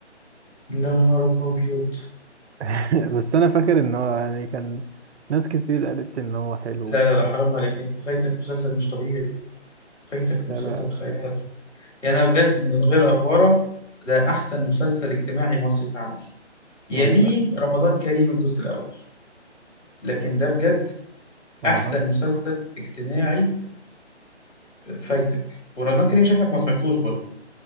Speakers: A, on the left; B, on the right.
A: لا نهارك أبيض
B: <laughs> بس انا فاكر ان هو يعني كان ناس كتير قالت لي ان هو حلو
A: لا لا لا حرام عليك أنت فايتك مسلسل مش طبيعي فايتك
B: سبع
A: مسلسل خيال يعني أنا بجد من غير أفورة ده أحسن مسلسل اجتماعي مصري اتعمل
B: والله
A: يليه رمضان كريم الجزء الأول لكن ده بجد
B: رمضان
A: أحسن مسلسل اجتماعي فايتك ورمضان كريم شكلك ما سمعتوش برضه